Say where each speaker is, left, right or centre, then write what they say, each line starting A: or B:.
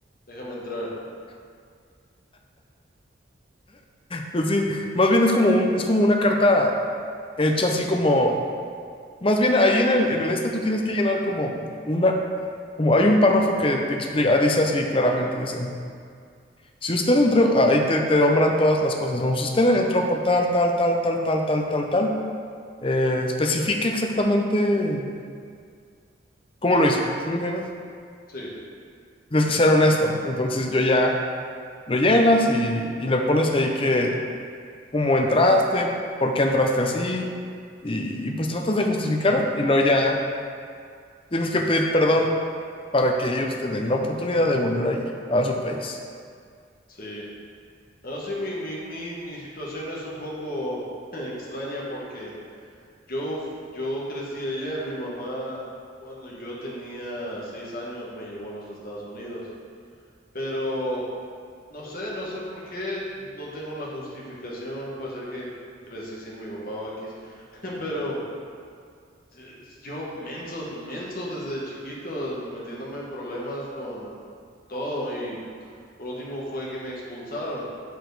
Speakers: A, on the left; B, on the left.
A: déjame entrar.
B: Pues <laughs> sí, más bien es como un, es como una carta hecha así como Más bien, ahí en el, en el este tú tienes que llenar como una, como hay un párrafo que te explica, dice así claramente, dice, si usted entró, ahí te, te nombran todas las cosas, ¿no? Si usted entró por tal, tal, tal, tal, tal, tal, tal, tal, eh, especifique exactamente cómo lo hizo, ¿sí me entiendes?
A: Sí,
B: Tienes que ser honesto, entonces yo ya lo llenas y, y le pones ahí que, cómo entraste, por qué entraste así, y, y pues tratas de justificar y luego ya Tienes que pedir perdón para que ellos tengan la oportunidad de volver a ir a su país.
A: sí. No, sí, mi, mi, mi, mi situación es un poco <laughs> extraña porque Yo, yo crecí allá, mi mamá cuando yo tenía seis años me llevó a los Estados Unidos, pero no sé, no sé por qué, no tengo la justificación, puede ser que crecí sin mi papá o X, <laughs> pero eh, yo menso, menso desde chiquito, metiéndome en problemas con todo y por último fue que me expulsaron,